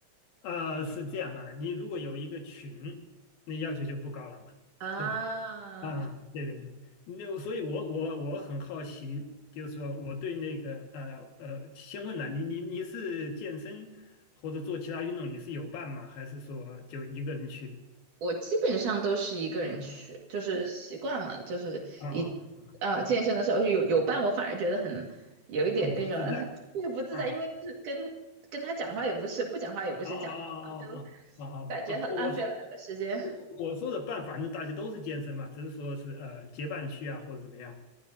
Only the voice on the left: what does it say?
啊，是这样啊，你如果有一个群，那要求就不高了嘛，
对吧？啊，对对对，那所以我，我我很好奇，就是说我对那个呃呃，先问了你，你你是健身或者做其他运动，你是有伴吗？还是说就一个人去？
<coughs> 啊啊，啊
很不自在
啊
啊啊啊啊啊啊啊！
啊！啊我说我我说的伴，反正大家都是健身嘛，只是说是呃结伴去啊，或者怎么样